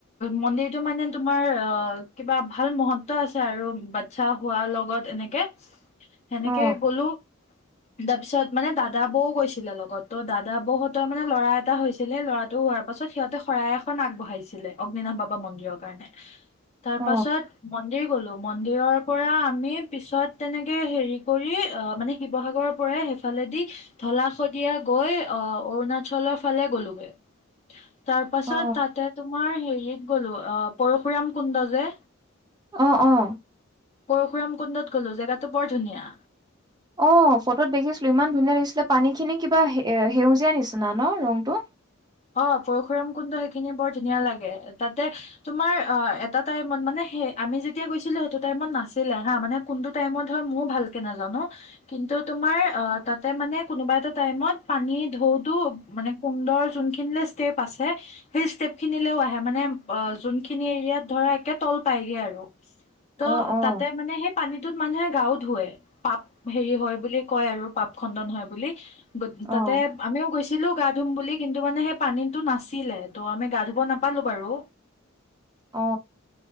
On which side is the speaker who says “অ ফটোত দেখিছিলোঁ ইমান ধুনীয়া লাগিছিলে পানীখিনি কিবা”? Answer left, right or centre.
Right